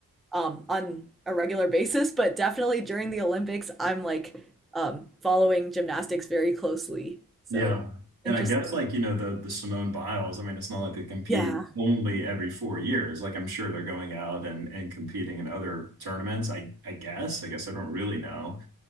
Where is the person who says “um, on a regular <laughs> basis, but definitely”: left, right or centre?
Centre